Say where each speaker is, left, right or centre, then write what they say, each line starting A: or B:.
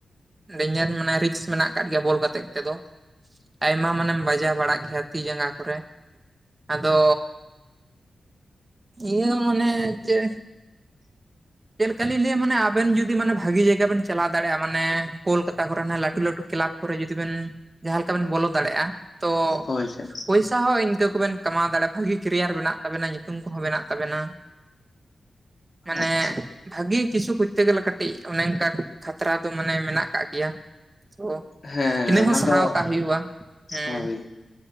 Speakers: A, on the right; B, on the left.
A: ᱰᱮᱧᱡᱟᱨ ᱢᱟᱱᱮ ᱨᱤᱠᱥ ᱢᱮᱱᱟᱜ ᱟᱠᱟᱫ ᱜᱮᱭᱟ ᱵᱚᱞ ᱜᱟ ᱜᱟᱛᱮᱜ ᱛᱮᱫᱚ᱾ ᱟᱭᱢᱟ ᱢᱟᱱᱮᱢ ᱵᱟᱡᱟᱣ ᱵᱟᱲᱟᱜ ᱜᱮᱭᱟ ᱛᱤ ᱡᱟᱸᱜᱟ ᱠᱚᱨᱮ ᱟᱫᱚ ᱤᱭᱟᱹ ᱢᱟᱱᱮ ᱪᱮᱫ ᱪᱮᱫ ᱞᱮᱠᱟ ᱞᱤᱧ ᱞᱟᱹᱭᱟ ᱢᱟᱱᱮ ᱟᱵᱮᱱ ᱡᱩᱫᱤ ᱢᱟᱱᱮ ᱵᱷᱟᱜᱤ ᱡᱟᱭᱜᱟ ᱵᱮᱱ ᱪᱟᱞᱟᱣ ᱫᱟᱲᱮᱭᱟᱜᱼᱟ ᱢᱟᱱᱮ ᱠᱳᱞᱠᱟᱛᱟ ᱠᱚᱨᱮ ᱞᱟᱹᱴᱩ ᱞᱟᱹᱴᱩ ᱠᱮᱞᱟᱵᱽ ᱠᱚᱨᱮ ᱡᱩᱫᱤ ᱵᱮᱱ ᱡᱟᱦᱟᱸ ᱞᱮᱠᱟ ᱵᱮᱱ ᱵᱚᱞᱚ ᱫᱟᱲᱮᱭᱟᱜᱼᱟ᱾ ᱛᱚ
B: ᱦᱳᱭ ᱥᱮ
A: ᱯᱩᱥᱻ ᱯᱩᱭᱥᱟᱹ ᱤᱱᱠᱟᱹ ᱠᱚᱵᱮᱱ ᱠᱟᱢᱟᱣ ᱫᱟᱲᱮᱭᱟᱜᱼᱟ᱾ ᱵᱷᱟᱹᱜᱤ ᱠᱮᱨᱤᱭᱟᱨ ᱢᱮᱱᱟᱜ ᱛᱟᱵᱮᱱᱟ ᱧᱩᱛᱩᱢ ᱠᱚᱦᱚᱸ ᱢᱮᱱᱟᱜ ᱛᱟᱵᱮᱱᱟ᱾ ᱢᱟᱱᱮ
B: ᱟᱪᱪᱷᱟ
A: ᱵᱷᱟᱹᱜᱮ ᱠᱤᱪᱷᱩ ᱠᱚᱨᱛᱮ ᱜᱮᱞᱮ ᱠᱟᱹᱴᱤᱡ ᱚᱱᱮ ᱚᱱᱠᱟ ᱠᱷᱟᱛᱨᱟ ᱫᱚ ᱢᱟᱱᱮ ᱢᱮᱱᱟᱜ᱾ ᱠᱟᱜ ᱜᱮᱭᱟ᱾ ᱛᱚ
B: ᱦᱮᱸ
A: ᱤᱱᱟᱹ
B: ᱚᱱᱟ
A: ᱦᱚᱸ ᱥᱟᱦᱟᱣ
B: ᱫᱚ
A: ᱠᱟᱜ ᱦᱩᱭᱩᱜᱼᱟ᱾ ᱦᱮᱸ
B: ᱦᱳᱭ